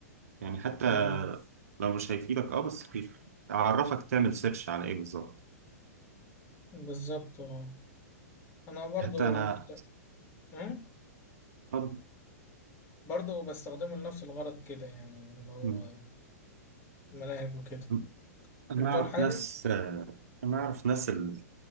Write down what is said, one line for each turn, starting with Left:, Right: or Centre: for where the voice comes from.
Right: يعني حتى
Left: امم
Right: لو مش هيفيدك اه بس اعرفك تعمل سيرش على ايه بالظبط
Left: بالظبط اه انا برضو
Right: حتى انا
Left: امم
Right: طب
Left: برضو بستخدمه لنفس الغرض كده يعني اللي هو
Right: م-
Left: ملاعب وكده
Right: م- انا
Left: بتقول
Right: اعرف
Left: حاجة
Right: ناس انا اعرف ناس اللي